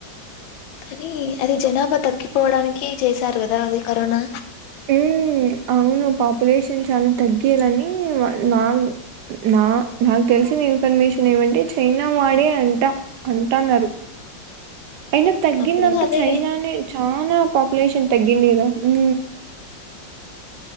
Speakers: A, on the left; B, on the right.
A: కానీ అది జనాభా తగ్గిపోవడానికి చేశారు కదా అది కరోనా
B: హ్మ్ అవును పాపులేషన్ చాలా తగ్గాలని నా నా నాకు తెలిసిన ఇన్ఫర్మేషన్ ఏమంటే చైనా వాడే అంట అంటన్నారు అయినా తగ్గింది
A: అప్పుడ
B: అంత
A: అదేలే
B: చైనానే చనాా పాపులేషన్. తగ్గింది కదా ఊ